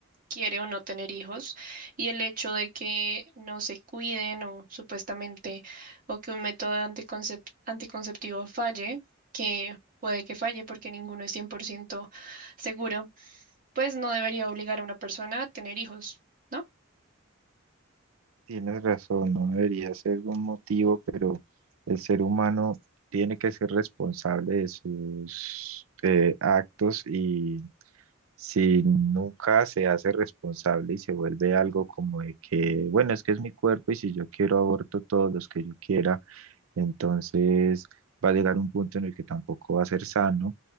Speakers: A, on the right; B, on the right.
A: quiere o no tener hijos y el hecho de que no se cuiden o supuestamente o que un método anticoncep- anticonceptivo falle, que puede que falle porque ninguno es 100% seguro, pues no debería obligar a una persona a tener hijos, ¿no?
B: Tienes razón, no debería ser un motivo, pero el ser humano tiene que ser responsable de sus eh, actos y si nunca se hace responsable y se vuelve algo como de que, bueno, es que es mi cuerpo y si yo quiero aborto todos los que yo quiera, entonces va a llegar un punto en el que tampoco va a ser sano